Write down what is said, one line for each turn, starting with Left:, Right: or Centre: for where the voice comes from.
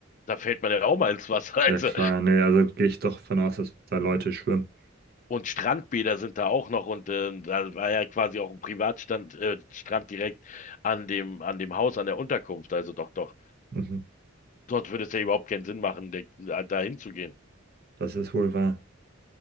Left: da fällt man ja auch mal ins Wasser. <laughs>
Right: Ja
Left: Also,
Right: klar, nee, also gehe ich doch von aus, dass da Leute schwimmen.
Left: und Strandbäder sind da auch noch und äh, da war ja quasi auch ein Privatstand, äh, Strand direkt an dem, an dem Haus, an der Unterkunft. Also doch, doch.
Right: Mhm.
Left: Dort würde es ja überhaupt keinen Sinn machen, da da hinzugehen.
Right: Das ist wohl wahr.